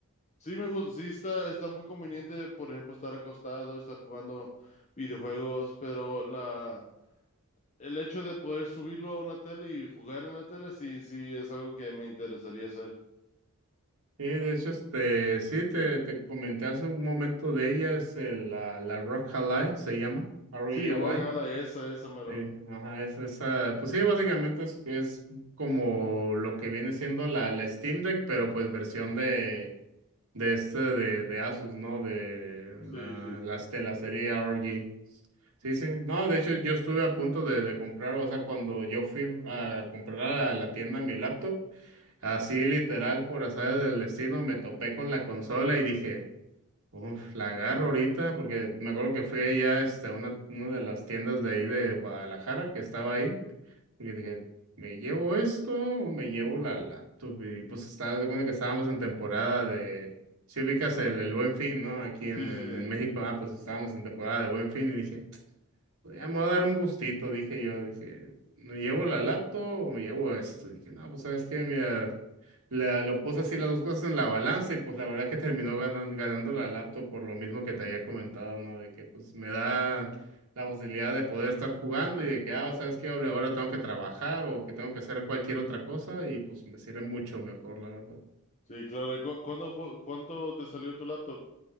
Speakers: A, on the left; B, on the right.
A: sí me gusta, sí está, está muy conveniente, por ejemplo, estar acostado, estar jugando videojuegos, pero la, el hecho de poder subirlo a una tele y jugar en la tele, sí, sí es algo que me interesaría hacer.
B: Sí, de hecho, este, sí, te, te comenté hace un momento de ellas, eh, la, la Rock Ally se llama, R-O-E-L-I.
A: Sí, Rogue Ally, esa, esa, mero.
B: Sí, ajá, es, esa, pues sí, básicamente es, es como lo que viene siendo la, la Steam Deck, pero pues versión de, de este, de, de Asus, ¿no? De
A: Sí,
B: la,
A: sí,
B: las de la serie ROG. Sí, sí, no, de hecho yo estuve a punto de, de comprar, o sea, cuando yo fui a comprar a la tienda mi laptop, Así literal, por azar del destino, me topé con la consola y dije, uff, la agarro ahorita, porque me acuerdo que fui allá este, a una, una de las tiendas de ahí de Guadalajara que estaba ahí, y dije, ¿me llevo esto o me llevo la laptop? Y pues estaba de cuenta que estábamos en temporada de, si ubicas el, el Buen Fin, ¿no? Aquí
A: sí,
B: en,
A: sí,
B: en,
A: sí,
B: en México, ah, pues estábamos en temporada de Buen Fin y dije, "Pues, ya me voy a dar un gustito, dije yo, dije, ¿me llevo la laptop o me llevo esto? dije, no, pues sabes qué, mira. La- lo puse así las dos cosas en la balanza y pues la verdad que terminó ganando, ganando la laptop por lo mismo que te había comentado, ¿no? De que pues me da la facilidad de poder estar jugando y de que, ah, ¿sabes qué? Ahora, ahora tengo que trabajar o que tengo que hacer cualquier otra cosa y pues me sirve mucho mejor, la verdad.
A: sí, claro. ¿Y cu- cuándo fue, cuánto te salió tu laptop?